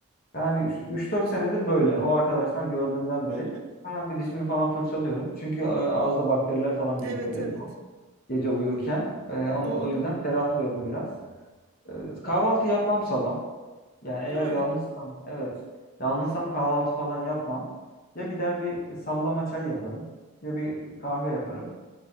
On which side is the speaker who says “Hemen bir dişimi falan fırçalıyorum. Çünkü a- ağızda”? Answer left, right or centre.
Left